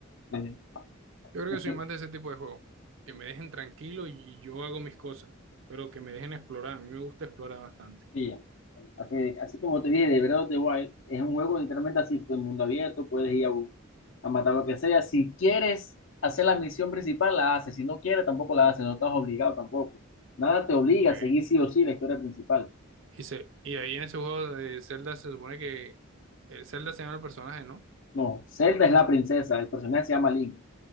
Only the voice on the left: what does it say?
sí.
Eso,
sí. Así, así como te dije, de Breath of the Wild es un juego literalmente así, el mundo abierto, puedes ir a, bu- a matar lo que sea. Si quieres hacer la misión principal, la haces. Si no quieres, tampoco la haces. No estás obligado tampoco. Nada te obliga
a seguir sí o sí la historia principal.
No, Zelda es la princesa, el personaje se llama Link.